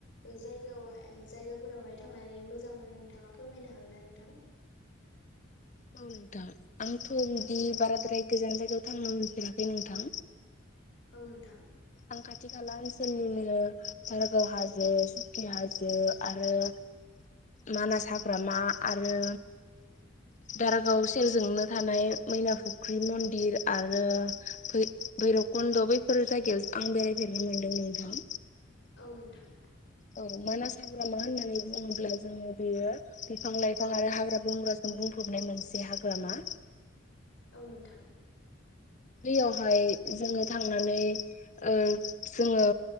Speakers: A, on the left; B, on the left.
A: ओ जायगायाव जायगाफोरावहाय थांनानै मोजां मोनो नोंथाङा फोरमायनो हागोन ना नोंथां
B: औ नोंथां आंथ' बिदि
A: औ नोंथां
B: बाराद्राय गोजान जायगायाव थांनो मोनफेराखै नोंथां
A: औ नोंथां
B: आं खाथि खाला ओनसोलनिनो दारागाव हाजो सुकि हाजो आरो मानास हाग्रामा आरो दारागाव सेरजोंनो थानाय मैना फुख्रि मन्दिर आरो फै भैरबकुन्द' बैफोर जायगायाव आं बेरायफेरनो मोन्दों नोंथां
A: औ नोंथां
B: औ मानास हाग्रामा होननानै बुङोब्ला जोङो बेयो बिफां लाइफां आरो हाग्रा बंग्रा बुंफबनाय मोनसे हाग्रामा
A: औ नोंथां।
B: बैयावहाय जोङो थांनानै ओ जोङो